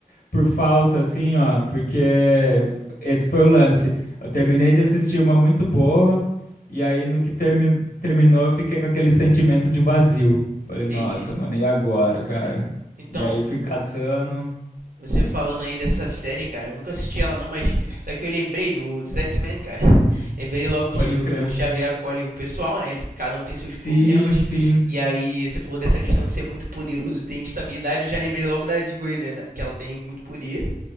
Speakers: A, on the left (about 85°); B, on the right (about 70°).
A: por falta, assim, ó, porque esse que foi o lance. Eu terminei de assistir uma muito boa, e aí no que termi- terminou, eu fiquei com aquele sentimento de vazio. Falei,
B: Entendi.
A: nossa, mano, e agora, cara?
B: Então,
A: E aí fui caçando.
B: Você falando aí dessa série, cara, eu nunca assisti ela não, mas só que eu lembrei do, dos X-Men, cara. <laughs> Lembrei logo que
A: Pode
B: o
A: crer.
B: Xavier acolhe o pessoal, né? Ele- cada um tem seus
A: Sim,
B: problemas.
A: sim,
B: E aí você falou dessa questão de ser muito poderoso, e ter instabilidade, eu já lembrei logo da Jean Grey, né? da- Que ela tem muito poder